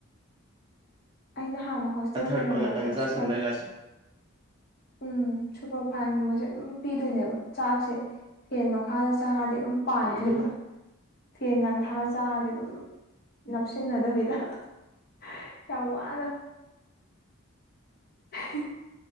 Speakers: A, on the left; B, on the right.
A: ꯑꯩꯅ ꯍꯥꯟꯅ ꯍꯣꯁꯇꯦꯜ
B: ꯑꯊꯠꯄ
A: ꯂꯩꯔꯝꯕꯗꯅꯦ
B: ꯉꯇꯪ ꯆꯥꯥꯁꯜꯂꯒ
A: ꯁꯨꯄꯔ
B: ꯁꯨ
A: ꯎꯝ ꯁꯨꯄꯔꯐꯥꯏꯟꯒꯨꯝꯕꯁꯦ ꯑꯗꯨꯝ ꯄꯤꯗꯣꯏꯅꯦꯕ ꯆꯥꯛꯁꯦ ꯐꯦꯟ ꯃꯈꯥꯗ ꯆꯥꯔꯗꯤ ꯗꯨꯝ ꯄꯥꯏꯈ꯭ꯔꯦꯕ
B: ꯎꯝ
A: ꯐꯦꯟꯒꯥꯡ ꯊꯥꯔ ꯆꯥꯔꯗꯤ ꯑꯗꯨꯝ ꯅꯞꯁꯤꯟꯅꯗꯕꯤꯗ ꯍ ꯌꯥꯝ ꯋꯥꯅ ꯍꯤ